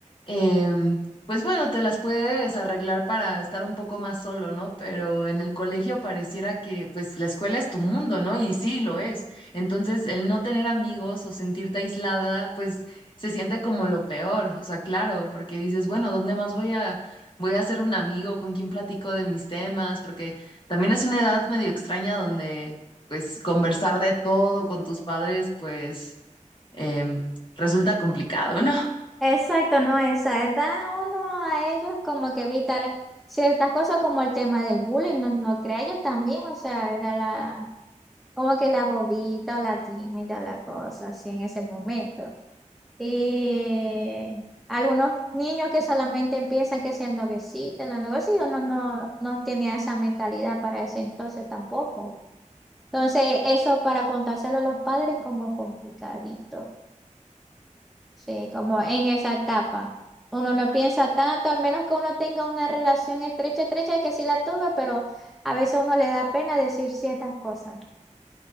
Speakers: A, on the left; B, in the centre.
A: em, pues bueno, te las puedes arreglar para estar un poco más solo, ¿no? Pero en el colegio pareciera que pues la escuela es tu mundo, ¿no? Y sí lo es. Entonces, el no tener amigos o sentirte aislada, pues se siente como lo peor, o sea, claro, porque dices, bueno, ¿dónde más voy a... Voy a hacer un amigo con quien platico de mis temas, porque también es una edad medio extraña donde, pues, conversar de todo con tus padres, pues, em, resulta complicado, ¿no? <laughs>
B: Exacto, no, esa edad. uno a ellos como que evitar ciertas cosas como el tema del bullying, no, no crea yo también, o sea, era la como que la bobita o la tímida o la cosa así en ese momento. Y algunos niños que solamente piensan que es el noviecito, el noviecito, no, no, no tenía esa mentalidad para ese entonces tampoco. Entonces, eso para contárselo a los padres como complicadito, sí, como en esa etapa. Uno no piensa tanto, al menos que uno tenga una relación estrecha, estrecha, que sí la tuve, pero a veces uno le da pena decir ciertas cosas. <laughs>